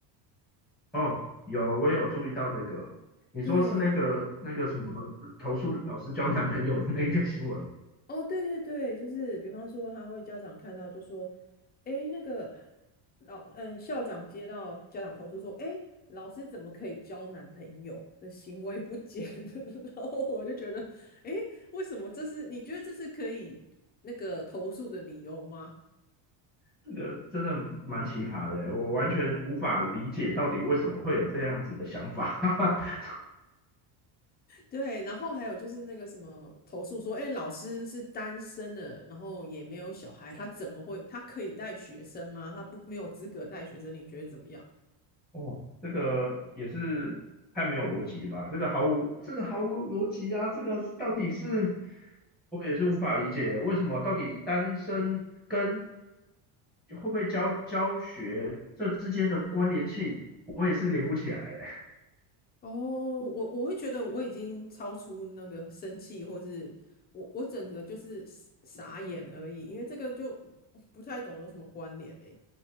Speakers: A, in the centre; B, on the left.
A: 哦，有我也有注意到这个，你说是那个那个什么投诉老师交男朋友的那个新闻吗？
B: 对，嗯。哦，对对对，就是比方说，他会家长看到就说，诶，那个老嗯校长接到家长投诉说，诶，老师怎么可以交男朋友的行为不检？<laughs> 然后我就觉得，诶，为什么这是你觉得这是可以那个投诉的理由吗？
A: 这个真的蛮奇葩的欸，我完全无法理解到底为什么会有这样子的想法。<laughs>
B: 对，然后还有就是那个什么投诉说，哎，老师是单身的，然后也没有小孩，他怎么会他可以带学生吗？他不没有资格带学生，你觉得怎么样？
A: 哦，这个也是太没有逻辑吧？这个毫无这个毫无逻辑啊！这个到底是我也是无法理解，为什么到底单身跟会不会教教学这之间的关联性，我也是连不起来耶。
B: 哦，我我会觉得我已经超出那个生气，或是我我整个就是傻傻眼而已，因为这个就不太懂有什么关联诶。